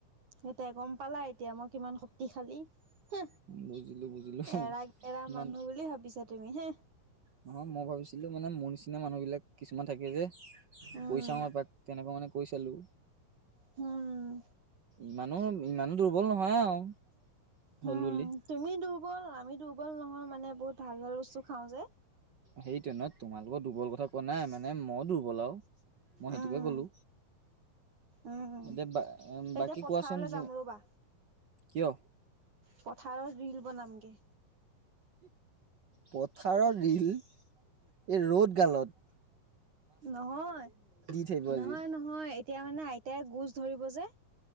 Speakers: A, on the right (about 55°); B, on the right (about 85°).
A: এতিয়া গম পালা এতিয়া মই কিমান শক্তিশালী হ
B: বুজিলো বুজিলো
A: এৰা গেৰা
B: ইমান
A: মানুহ বুলি ভাবিছা তুমি হা
B: নহয় মই ভাবিছিলো মানে মোৰ নিচিনা মানুহ বিলাক কিছুমান থাকে যে
A: উম
B: কৈছা মই পাত তেনেকুৱা মানে কৈ চালো
A: হম
B: ইমানো ইমানো দুৰ্বল নহয় আৰু
A: উম
B: হ'ল বুলি
A: তুমি দুৰ্বল আমি দুৰ্বল নহয় মানে বহুত ভাল ভাল বস্তু খাও যে
B: সেই ট্ৰেনত তোমালোকৰ দুৰ্বল কথা কোৱা নাই মানে মই দুৰ্বল আৰু মই সেইটোকে
A: উম
B: ক'লো
A: উম
B: এতিয়া উ
A: এতিয়া
B: বাকী
A: পথাৰলৈ
B: কোৱাচোন
A: যাম ৰ'বা
B: কিয়
A: পথাৰত ৰীল বনামগে
B: পথাৰৰ ল এই ৰ'দগালত
A: নহয়
B: থাকিব
A: নহয়
B: আজি।
A: নহয় এতিয়া মানে আইতাই গোজ ধৰিব যে